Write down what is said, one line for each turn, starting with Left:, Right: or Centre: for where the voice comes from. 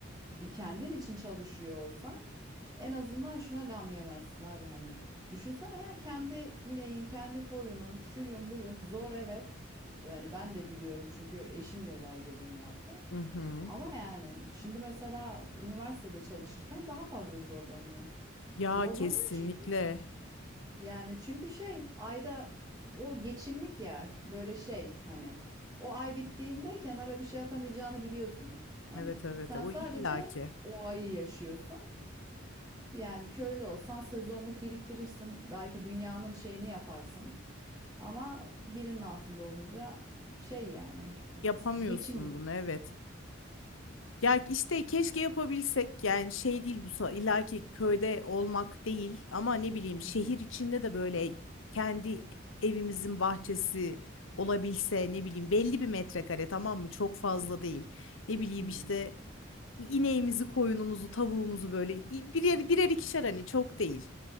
Right: bir kendin için çalışıyor olsan en azından şuna gam yemezsin abi hani. Düşünsene ya kendi ineğin, kendi koyunun, şuyun buyun zor evet. Yani ben de biliyorum çünkü eşim yıllarca bunu yaptı.
Left: Hı hı.
Right: Ama yani şimdi mesela üniversitede çalışırken daha fazla zorlanıyor.
Left: Ya
Right: Zorlanıyor
Left: kesinlikle.
Right: çünkü yani çünkü şey ayda o geçimlik ya böyle şey hani o ay bittiğinde kenara bir şey atamayacağını biliyorsun. Hani
Left: Evet evet
Right: sen
Left: o
Right: sadece
Left: illaki
Right: o ayı yaşıyorsun. Yani köylü olsan sezonluk biriktirirsin. Belki dünyanın şeyini yaparsın. Ama birinin altında olunca şey yani
Left: yapamıyorsun
Right: geçimlik.
Left: bunu evet. Ya işte keşke yapabilsek yani şey değil bu sa- illaki köyde olmak değil ama ne bileyim şehir
Right: Hı hı.
Left: içinde de böyle kendi evimizin bahçesi olabilse ne bileyim belli bir metrekare tamam mı çok fazla değil. Ne bileyim
Right: Hı hı.
Left: işte İneğimizi, koyunumuzu, tavuğumuzu böyle i- birer birer ikişer hani çok değil.